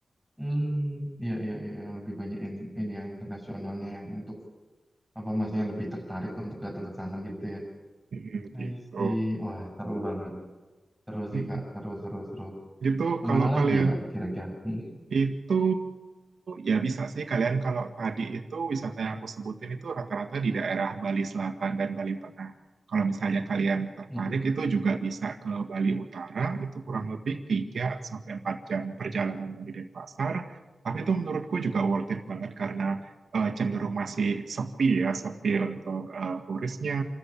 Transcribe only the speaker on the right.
Mm,
gitu
Mm.
gitu
kalau
kalian
Itu ya bisa sih kalian kalau tadi itu wisata yang aku sebutin itu rata-rata di daerah Bali Selatan dan Bali Tengah. Kalau misalnya kalian tertarik
itu juga bisa ke Bali Utara, itu kurang lebih 3 sampai 4 jam perjalanan dari Denpasar. Tapi itu menurutku juga worth it banget karena eh, cenderung masih sepi ya, sepi untuk eh, turisnya.